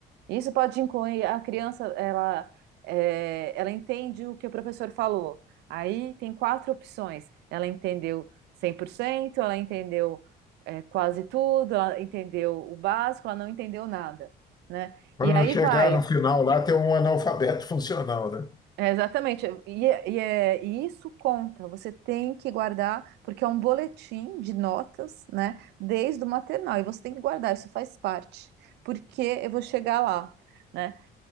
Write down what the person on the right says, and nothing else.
Isso pode incluir a criança, ela, é, ela entende o que o professor falou. Aí tem quatro opções. Ela entendeu cem por cento ela entendeu, é, quase tudo, ela entendeu o básico, ela não entendeu nada, né?
E aí
vai.
É, exatamente. E, é- e, é- e isso conta. Você tem que guardar, porque é um boletim de notas, né? Desde o maternal. E você tem que guardar, isso faz parte. Porque eu vou chegar lá, né?